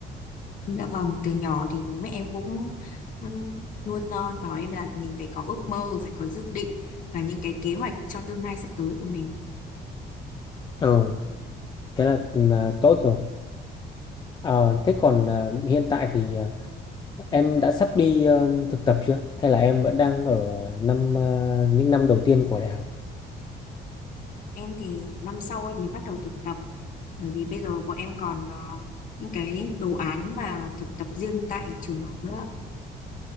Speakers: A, on the left (about 45°); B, on the left (about 25°).
A: Dạ vâng, từ nhỏ thì bố mẹ em cũng ừm, luôn ờ, bảo em là mình phải có ước mơ, phải có dự định và những cái kế hoạch cho tương lai sắp tới của mình.
B: Ừ, thế là ờ, tốt rồi. Ờ, thế còn ờ, hiện tại thì ờ, em đã sắp đi ờ, thực tập chưa? Hay là em vẫn đang ở năm ờ, những năm đầu tiên của đại học?
A: Em thì năm sau em mới bắt đầu thực tập bởi vì bây giờ bọn em còn ờ, những cái đồ án và thực tập riêng tại trường học nữa.